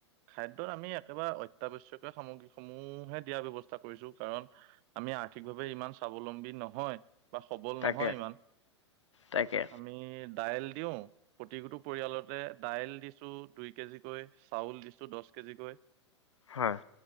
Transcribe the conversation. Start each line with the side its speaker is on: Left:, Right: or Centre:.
Right: খাদ্যত আমি একেবাৰে অত্যাৱশ্যকীয় সামগ্ৰীসমূহহে দিয়াৰ ব্যৱস্থা কৰিছো। কাৰণ আমি আৰ্থিকভাৱে ইমান স্বাৱলম্বী নহয়। বা সবল
Left: তাকে
Right: নহয় ইমান।
Left: তাকে
Right: আমি দাইল দিও। প্ৰতিটো পৰিয়ালতে দাইল দিছো দুই কেজিকৈ। চাউল দিছো- দহ কেজিকৈ,
Left: হয়।